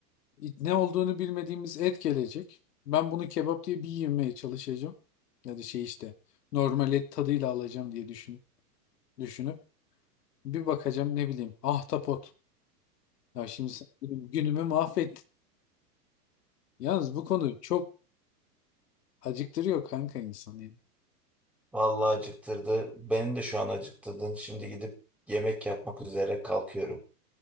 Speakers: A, on the left (about 75°); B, in the centre.
A: it- ne olduğunu bilmediğimiz et gelecek. Ben bunu kebap diye bir yemeye çalışacağım. Ya da şey işte normal et tadıyla alacağım diye düşün, düşünüp. Bir bakacağım ne bileyim. Ahtapot. Ya şimdi sen benim günümü mahvettin. Yalnız bu konu çok acıktırıyor kanka insanı. yani.
B: Vallahi acıktırdı. Beni de şu an acıktırdın. Şimdi gidip yemek yapmak üzere kalkıyorum.